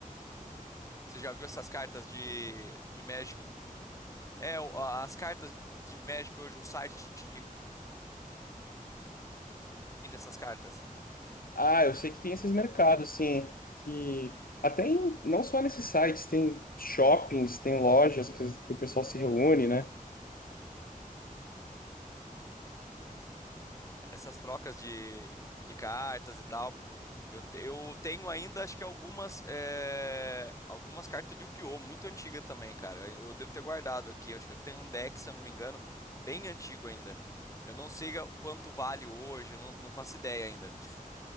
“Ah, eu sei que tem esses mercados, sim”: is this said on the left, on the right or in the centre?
Left